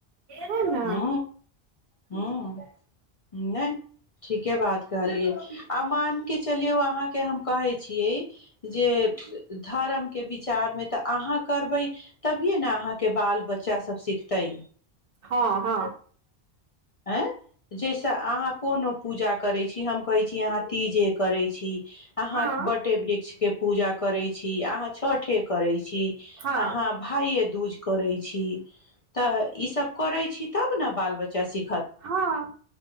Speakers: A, on the right (about 65°); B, on the left (about 40°).
A: है न
B: हू हुँ नहि ठीके बात कहलियै आ मान कऽ चलियौ अहाँके हम कहै छियै जे धर्मके विचारमे तऽ अहाँ करबै तभिे ने अहाँके बाल बच्चास सब सिखतै
A: हँ हँ
B: आँय जाहिसँ अहाँ कोनो पूजा करैत छी हम कहैत छी अहाँ तीजे करैत छी अहाँ
A: हँ
B: बटे वृक्ष के पूजा करै छी अहाँ छठे करै छी छी
A: हँ
B: अहाँ भाईये कुछ करै छी त ई सब करै छी तब ने बाल बच्चा सीख
A: हँ